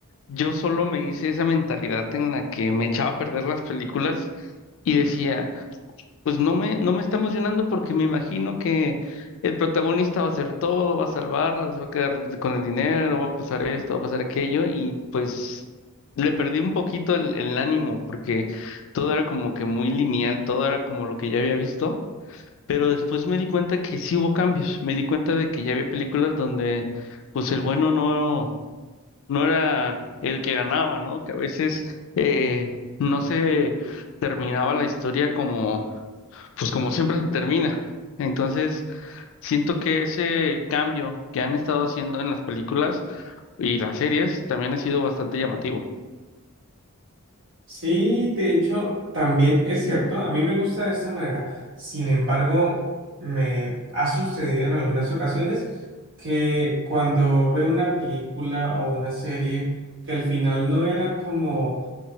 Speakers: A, on the left; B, on the right.
A: Yo solo me hice esa mentalidad en la que me echaba a perder las películas y decía, pues no me, no me está emocionando porque me imagino que el protagonista va a hacer todo, va a salvarlas, va a quedar con el dinero, va a pasar esto, va a pasar aquello y pues le perdí un poquito el, el ánimo porque todo era como que muy lineal, todo era como lo que ya había visto, pero después me di cuenta que sí hubo cambios, me di cuenta de que ya había películas donde pues el bueno no no era el que ganaba, ¿no? Que a veces eh, no se terminaba la historia como, pues como siempre se termina. Entonces, siento que ese cambio que han estado haciendo en las películas y las series también ha sido bastante llamativo.
B: Sí, de hecho, también es cierto, a mí me gusta de esta manera. Sin embargo, me ha sucedido en algunas ocasiones que cuando veo una película o una serie que al final no era como,